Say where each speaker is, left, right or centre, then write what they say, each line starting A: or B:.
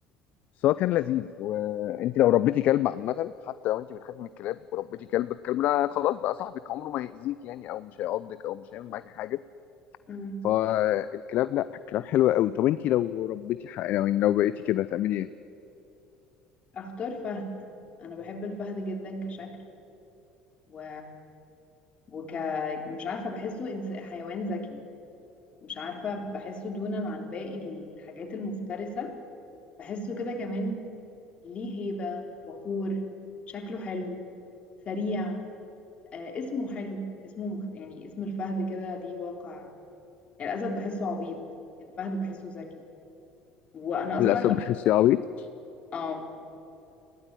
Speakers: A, on the left (about 55°); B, on the left (about 40°).
A: بس هو كان لذيذ وانت لو ربيتي كلب عامة حتى لو انت بتخافي من الكلاب وربيتي كلب الكلب ده خلاص بقى صاحبك عمره ما هيأذيك يعني او مش هيعضك او مش هيعمل معاكي حاجة
B: مم.
A: فالكلاب لا الكلاب حلوة قوي طب انت لو ربيتي حق... لو يعني لو بقيتي كده هتعملي ايه؟
B: اختار فهد انا بحب الفهد جدا كشكل و وك مش عارفه بحسه إنس... حيوان ذكي مش عارفه بحسه دونا عن باقي الحاجات المفترسه بحسه كده كمان ليه هيبة وقور شكله حلو سريع آه اسمه حلو اسمه مخت... يعني اسم الفهد كده دي واقع يعني الأسد بحسه عبيط الفهد بحسه ذكي وأنا أصلا
A: للأسف بحس يا عبيط
B: اه